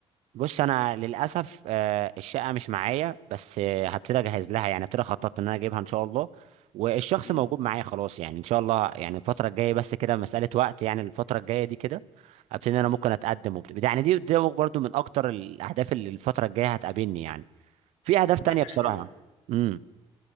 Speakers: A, on the right; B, on the left.
A: بص انا للاسف آه، الشقه مش معايا بس آه، هبتدي اجهز
B: امم
A: لها يعني ابتدي خططت ان انا اجيبها ان شاء الله والشخص
B: امم
A: موجود معايا خلاص يعني ان شاء الله يعني الفتره الجايه بس كده مساله وقت يعني الفتره الجايه دي كده ابتدي إن انا
B: امم
A: ممكن اتقدم وبتاع يعني دي دي برضو من اكتر الاهداف اللي الفتره الجايه هتقابلني يعني في اهداف
B: خد
A: تانية
B: بالك حاجه
A: بصراحه
B: حلوه
A: امم